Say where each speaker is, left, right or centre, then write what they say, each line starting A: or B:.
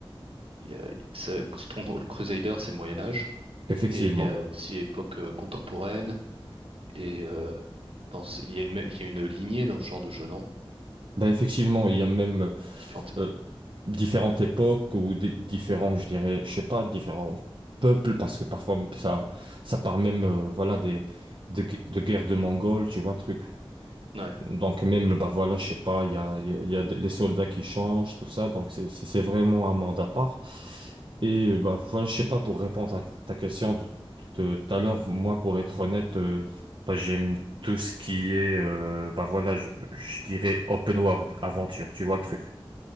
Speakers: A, on the right; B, on the right.
A: il y a- c'est- Stronghold Crusader, c'est le Moyen Âge,
B: effectivement.
A: et il y a aussi époque euh, contemporaine, et euh, dans ce- il y a une, il y a une lignée dans ce genre de jeu, non?
B: Bah, effectivement, il y a même euh,
A: Différentes époques.
B: euh, différentes époques ou des, différents, je dirais, je sais pas, différents peuples, parce que parfois ça, ça part même, euh, voilà, des, de, gu- de guerres de Mongols, tu vois, le truc.
A: Ouais,
B: Donc même, bah voilà, je sais pas, il y a, il y a il y a des- les soldats qui changent, tout ça. Donc c'est c'est- c'est vraiment un monde à part. Et euh, bah voilà, je sais pas, pour répondre à ta question de de tout à l'heure, moi, pour être honnête, euh, bah, j'aime tout ce qui est, euh, bah voilà, je, je dirais open world, aventure, tu vois le truc.